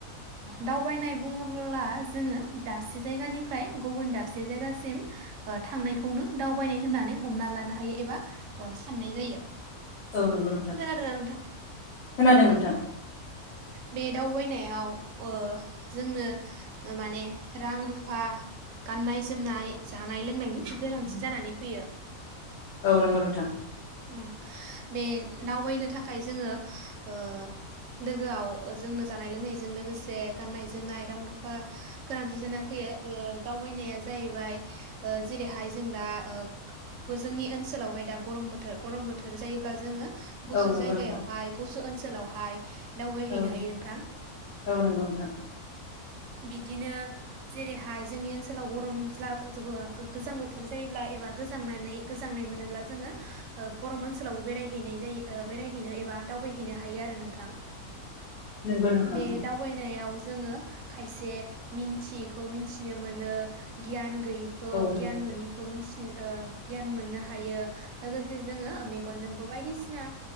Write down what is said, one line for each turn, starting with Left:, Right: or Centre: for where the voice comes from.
Right: दावबायनाय बुङोबोला जोङो दा दाबसे जायगानिफ्राय गुबुन दाब दाबसे जायगासिम थांनायखौनो दावबायनाय होननानै हमना लानो हायो एबा साननाय जायो
Left: औ नंगौ नोंथां
Right: खोनादोंना नोंथां?
Left: खोनादों नोंथां
Right: बे दावबायनायाव ओ जोंनो माने रां रुफा गाननाय जोमनाय जानाय लोंनायनि गोनांथि जानानै फैयो
Left: औ नंगौ नोंथां
Right: ओं बे दावबायनो थाखाय जोङो ओ लोगोआव जोंनो जानाय लोंनायजों लोगोसे गाननाय जोमनाय रां रुफा गोनांथि जाना फैयो ओ दावबायनाया जाहैबाय ओ जेरैहाय जों दा जोंनि ओनसोलावहाय दा गरम बोथोर गरम बोथोर जायोब्ला जोङो गुसु
Left: औ
Right: जायगायावहाय
Left: नंगौ नोंथां
Right: गुसु ओनसोलावहाय <unintelligible> दावबाय
Left: औ
Right: हैनो हायो नोंथां
Left: नंगौ नोंथां
Right: बिदिनो जेरैहाय जोंनि ओनसोलाव गरम <unintelligible> गोजां बोथोर जायोब्ला एबा गोजांनानै गोजांनाय मोनोब्ला जोङो गरम ओनसोलावबो बेरायहैनाय जायो बेरायहैनो एबा दावबायहैनो हायो आरो नोंथां।
Left: नंगौ नोंथां
Right: बे
Left: औ
Right: दावबायनायाव जोङो खायसे मिथियैखौ मिथिनो मोनो गियान गैयैखौ
Left: नंगौ
Right: गियान मोनैखौ मिन्थिनो गियान मोननो हायो लोगोसे जोङो मेगनजोंबो बायदिसिना